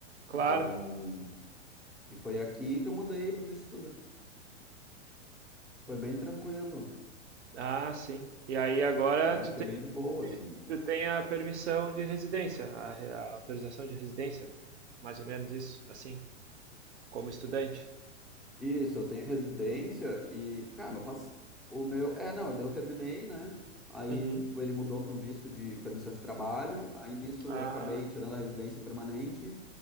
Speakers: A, on the right (about 70°); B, in the centre.
A: claro.
B: Então. E foi aqui que eu mudei para o visto Foi bem tranquilo.
A: Ah, sim. E aí agora
B: Eu acho
A: tu
B: que
A: tem,
B: é bem de boa, assim.
A: tu tem a permissão de residência, a, re- a autorização de residência, mais ou menos isso, assim, como estudante.
B: Isso, eu tenho residência e, cara, eu passo o meu, é, não, daí eu terminei, né? Aí
A: Uhum.
B: ele mudou para um visto de permissão de trabalho, aí nisso
A: Ah,
B: eu acabei tirando a residência permanente